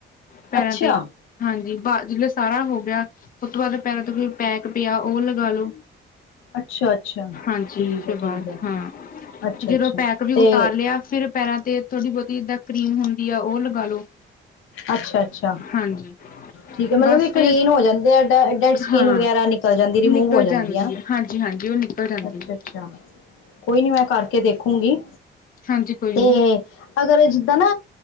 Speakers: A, on the left (about 45°); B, on the left (about 85°).
A: ਪੈਰਾਂ
B: ਅੱਛਾ।
A: ਤੇ ਹਾਂਜੀ ਬਸ ਜੇ ਸਾਰਾ ਹੋ ਗਿਆ, ਉਸ ਤੋਂ ਬਾਅਦ ਪੈਰਾਂ ਤੇ ਕੋਈ ਪੈਕ ਪਿਆ ਉਹ ਲਗਾਲੋ।
B: ਅੱਛਾ ਅੱਛਾ
A: ਹਾਂਜੀ,
B: ਠੀਕ
A: ਸ
B: ਹੈ ਠੀਕ
A: ਬਾ
B: ਹੈ
A: ਹਾਂ
B: ਅੱਛਾ
A: ਜਦੋਂ
B: ਅੱਛਾ
A: ਪੈਕ ਵੀ
B: ਤੇ
A: ਉਤਾਰ ਲਿਆ ਫਿਰ ਪੈਰਾਂ ਤੇ ਥੋੜੀ ਬਹੁਤੀ ਜਿੱਦਾਂ ਕਰੀਮ ਹੁੰਦੀ, ਆ ਉਹ ਲਗਾ ਲੋ
B: ਅੱਛਾ-ਅੱਛਾ,
A: ਹਾਂਜੀ
B: ਠੀਕ ਹੈ ਮਤਲਬ
A: ਬਸ
B: ਕੀ
A: ਫਿਰ
B: ਕਲੀਨ ਹੋ ਜਾਂਦੇ ਆ, ਡੈਡ ਸਕੀਨ
A: ਹਾਂ
B: ਵਗੈਰਾ ਨਿਕਲ ਜਾਂਦੀ ਰਿਮੂਵ
A: ਨਿਕਲ
B: ਹੋ ਜਾਂਦੀ ਆ।
A: ਹੈ ਹਾਂਜੀ ਹਾਂਜੀ ਉਹ ਨਿਕਲ ਜਾਂਦੀ
B: ਅੱਛਾ-ਅੱਛਾ,
A: ਹੈ
B: ਕੋਈ ਨੀ ਮੈਂ ਕਰਕੇ ਦੇਖੂੰਗੀ।
A: ਹਾਂਜੀ ਕੋਈ
B: ਤੇ
A: ਨੀ,
B: ਅਗਰ ਜਿੱਦਾਂ ਨਾ